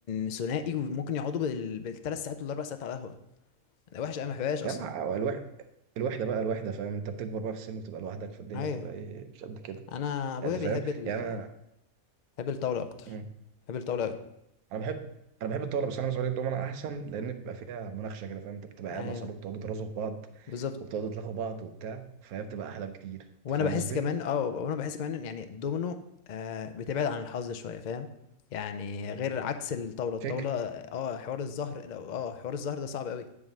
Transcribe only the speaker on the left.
ثنائي وممكن يقعدوا بال... بالثلاث ساعات والاربع ساعات على القهوه انا وحش انا ما بحبهاش اصلا
ايوه
انا ابويا
بيحب
ال...
بيحب الطاوله اكتر
بيحب الطاوله قوي
ايوه
بالظبط
وانا
بحس
كمان اه وانا بحس كمان إن يعني الدومينو آه بتبعد عن الحظ شويه فاهم يعني غير عكس الطاوله الطاوله
اه حوار الزهر لو اه حوار الزهر ده صعب قوي